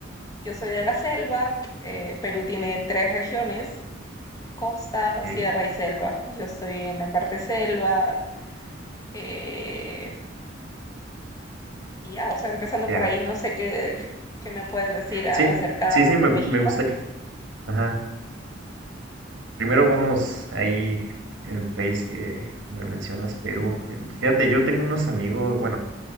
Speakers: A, on the left; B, on the right.
A: Yo soy de la selva, eh, Perú tiene tres regiones, costa,
B: ok,
A: sierra y selva. Yo estoy en la parte selva, eh, y ya, o sea, empezando
B: Ya.
A: por ahí, no sé qué, qué me puedes decir a-
B: Sí,
A: acerca
B: sí, sí,
A: de
B: me, gu-
A: México.
B: me gusta. Ajá. Primero vamos ahí, el país que me mencionas, Perú. Fíjate, yo tengo unos amigos, bueno,